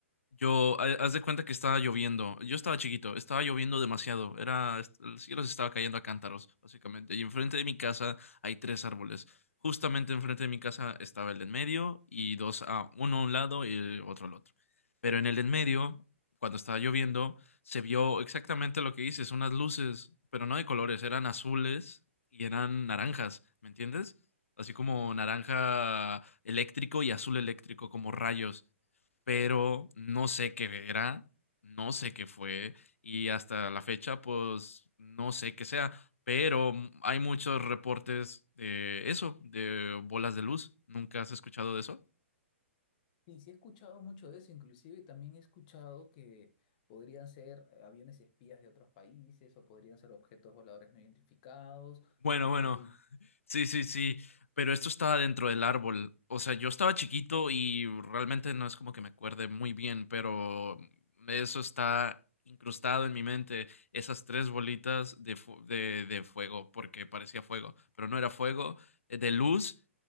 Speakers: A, on the left (about 80°); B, on the left (about 40°).
A: yo, ha- haz de cuenta que estaba lloviendo. Yo estaba chiquito, estaba lloviendo demasiado. Era, est- el cielo se estaba cayendo a cántaros, básicamente. Y enfrente de mi casa hay tres árboles. Justamente enfrente de mi casa estaba el de en medio y dos a uno a un lado y el otro al otro. Pero en el de en medio, cuando estaba lloviendo, se vio exactamente lo que dices, unas luces, pero no de colores, eran azules y eran naranjas, ¿me entiendes? Así como naranja eléctrico y azul eléctrico, como rayos pero no sé qué era, no sé qué fue y hasta la fecha pues no sé qué sea, pero hay muchos reportes de eso, de bolas de luz. ¿Nunca has escuchado de eso?
B: sí sí he escuchado mucho de eso, inclusive también he escuchado que podrían ser eh, aviones espías de otros países o podrían ser objetos voladores no identificados
A: Bueno,
B: o
A: bueno.
B: podrían...
A: Sí, sí, sí, pero esto estaba dentro del árbol. O sea, yo estaba chiquito y realmente no es como que me acuerde muy bien, pero eso está incrustado en mi mente, esas tres bolitas de, fu- de, de fuego, porque parecía fuego, pero no era fuego, eh, de luz